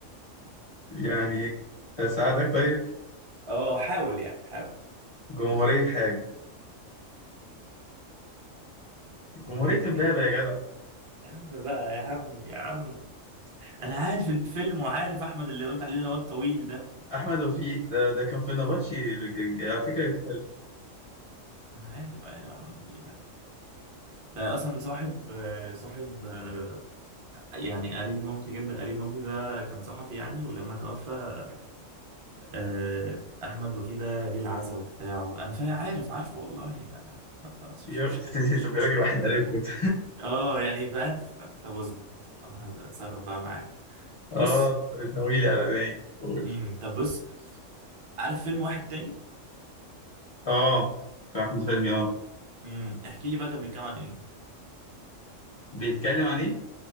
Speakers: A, on the left (about 40°); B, on the right (about 35°).
A: يعني
B: اصبر
A: ايه هساعدك طيب
B: اه حاول يعني حاول
A: جمهورية حاجة
B: مريت
A: جمهورية
B: ايه
A: امبابة يا جدع
B: يا عم بقى يا عم يا عم انا عارف الفيلم وعارف احمد اللي قلت عليه اللي هو الطويل ده
A: احمد وفيق ده ده كان في النبطشي على فكرة حلو
B: انا عارف عارف احمد الطويل ده ده اصلا صاحب آه، صاحب آه، يعني قريب مامتي جدا قريب مامتي ده كان صحفي يعني ولما توفى آه، احمد وفيه ده جه العزا وبتاع وانا فاهم عارف عارف والله آه، طب خلاص
A: يا
B: مش مشكله
A: <laughs>
B: مش
A: طب يا
B: مشكله
A: راجل واحد قريبكم <laughs>
B: اه يعني فاهم طب اصبر اصبر انا هت- هتصرف بقى معاك
A: اه
B: بص
A: بتناويلي على عينيا قول
B: امم طب بص عارف فيلم واحد تاني
A: اه بتاع احمد حلمي اه
B: امم احكي لي بقى كان بيتكلم عن ايه
A: بيتكلم عن ايه؟